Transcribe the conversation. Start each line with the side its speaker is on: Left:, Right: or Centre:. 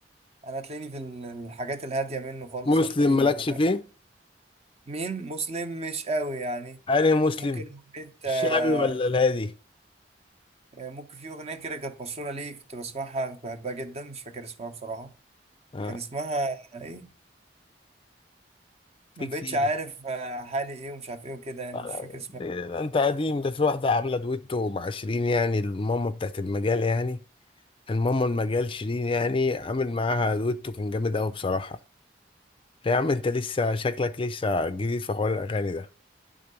Right: انا هتلاقيني في ال- الحاجات الهاديه منه خالص
Left: مسلم
Right: هتلاقيني
Left: مالكش
Right: بقى فاهم
Left: فيه
Right: مين مسلم مش قوي يعني
Left: أنا مسلم
Right: ممكن حبيت
Left: الشعبي
Right: آه،
Left: ولا الهادي
Right: ممكن في اغنيه كده كانت مشهوره ليه كنت بسمعها كنت بحبها جدا مش فاكر اسمها بصراحه
Left: آه.
Right: كان اسمها ايه
Left: في
Right: ما
Left: كتير
Right: بقتش عارف آه، حالي ايه ومش عارف ايه وكده يعني
Left: آه،
Right: مش فاكر اسمها
Left: ده انت قديم ده في واحدة عاملة دويتو مع شيرين يعني الماما بتاعت المجال يعني الماما المجال شيرين يعني عامل معاها دويتو كان جامد قوي بصراحة يا عم انت لسه شكلك لسه جديد في حوار الأغاني ده